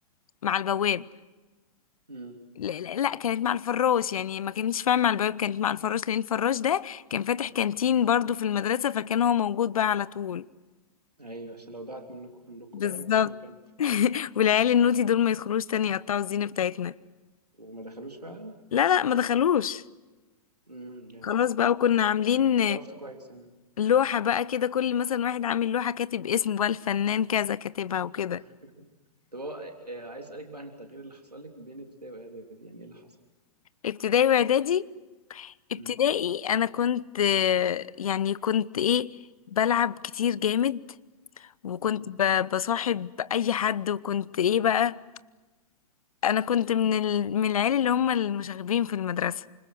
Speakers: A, on the left; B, on the right.
A: مع البواب
B: امم
A: لا, لا لا، كانت مع الفراش يعني ما كانتش فاهم مع البواب كانت مع الفراش لان الفراش ده كان فاتح كانتين برضو في المدرسة فكان هو موجود بقى على طول
B: ايوه عشان لو ضاعت منكم كلكم
A: بالظبط
B: بقى يبقى في مكان
A: <laughs> والعيال النوتي دول ما يدخلوش تاني يقطعوا الزينة بتاعتنا
B: وما دخلوش فعلا
A: لا لا ما دخلوش
B: امم جامد
A: خلاص بقى وكنا عاملين
B: عرفت كويس يعني
A: لوحة بقى كده كل مثلا واحد عامل لوحة كاتب اسمه بقى الفنان كذا كاتبها وكده
B: <laughs> طب هو آه، آه، عايز اسالك بقى عن التغيير اللي حصل لك بين ابتدائي واعدادي يعني ايه اللي حصل
A: ابتدائي واعدادي ابتدائي
B: امم
A: انا كنت آه، يعني كنت ايه بلعب كتير جامد وكنت
B: امم
A: ب- بصاحب اي حد وكنت ايه بقى انا كنت من ال... من العيال اللي هم المشاغبين في المدرسه